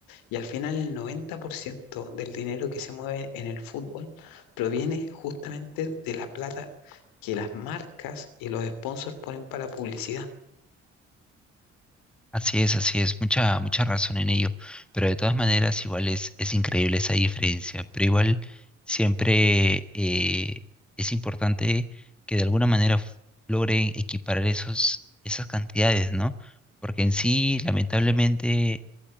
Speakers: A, on the left; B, in the centre.
A: Y al final el 90% del dinero que se mueve en el fútbol proviene justamente de la plata que las marcas y los sponsors ponen para publicidad.
B: Así es, así es, mucha, mucha razón en ello, pero de todas maneras igual es, es increíble esa diferencia, pero igual siempre eh, es importante que de alguna manera f- logren equiparar esos, esas cantidades, ¿no? Porque en sí, lamentablemente,